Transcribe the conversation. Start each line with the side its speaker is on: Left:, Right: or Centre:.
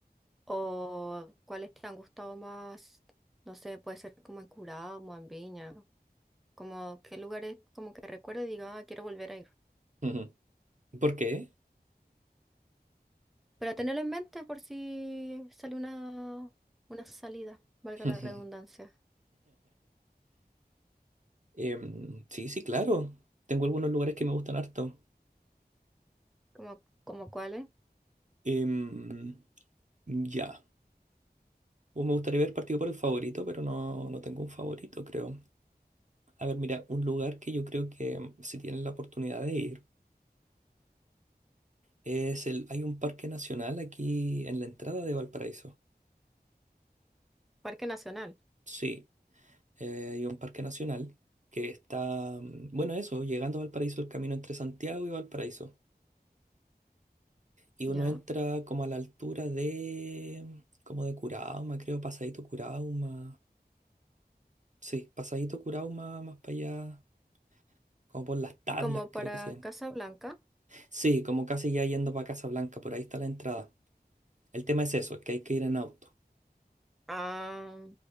Centre: o cuáles te han gustado más, no sé, puede ser como en Curado, como en Viña, como qué lugares como que recuerdo y diga, "Ah, quiero volver a ir.
Right: Ujú. ¿Por qué?
Centre: Pero tenerlo en mente por si sale una, una salida, valga
Right: <laughs>
Centre: la redundancia,
Right: Em, sí, sí, claro. Tengo algunos lugares que me gustan harto.
Centre: como, como cuáles,
Right: Em, ya. O me gustaría ver partido por el favorito, pero no, no tengo un favorito, creo. A ver, mira, un lugar que yo creo que mm, si tienen la oportunidad de ir es el. Hay un parque nacional aquí en la entrada de Valparaíso.
Centre: Parque Nacional,
Right: Sí, eh, hay un parque nacional que está. mm, Bueno, eso, llegando a Valparaíso, el camino entre Santiago y Valparaíso. Y
Centre: ¿ya?
Right: uno entra como a la altura de, como de Curauma, creo, Pasadito Curauma. Sí, Pasadito Curauma más para allá, como por las tablas,
Centre: Como
Right: creo
Centre: para
Right: que se llama.
Centre: Casa Blanca.
Right: Sí, como casi ya yendo para Casablanca, por ahí está la entrada. El tema es eso, que hay que ir en auto.
Centre: Ah,